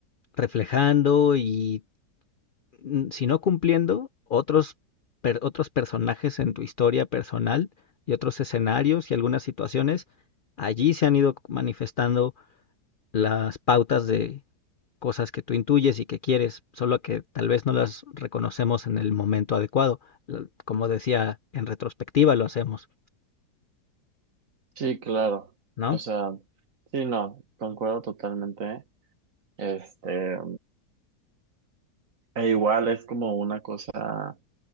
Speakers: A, on the left; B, on the right.
A: reflejando y mm, si no cumpliendo, otros, per- otros personajes en tu historia personal y otros escenarios y algunas situaciones allí se han ido manifestando las pautas de cosas que tú intuyes y que quieres, solo que tal vez no las reconocemos en el momento adecuado. Como decía, en retrospectiva lo hacemos,
B: sí, claro.
A: ¿no?
B: O sea, sí, no, concuerdo totalmente. Este, e igual es como una cosa.